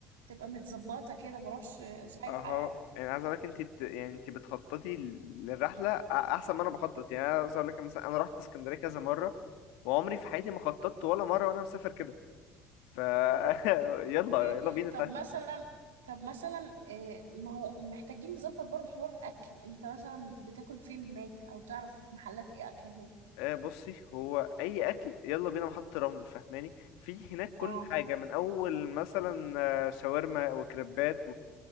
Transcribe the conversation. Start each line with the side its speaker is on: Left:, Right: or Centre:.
Right: تبقى متظبطه كده ما اروحش آه، سايحه
Left: اها
Right: يعني
Left: يعني عايز اقولك انت بت... يعني انت بتخططي ل- للرحله أ- احسن ما انا بخطط يعني انا عايز اقولك مثلا انا رحت اسكندريه كذا مره وعمري في حياتي ما خططت ولا مره وانا مسافر كده ف <laughs>
Right: اوكي
Left: يلا يلا بينا
Right: طب
Left: تعالى
Right: مثلا طب مثلا آه، ما هو محتاجين نظبط برضه حوار الاكل انت مثلا بتاكل فين هناك او تعرف محلات ايه اكل هناك
Left: آه، بصي هو اي اكل يلا بينا محطة رمل فاهماني في هناك كل
Right: اه
Left: حاجه من اول مثلا آه، شاورما وكريبات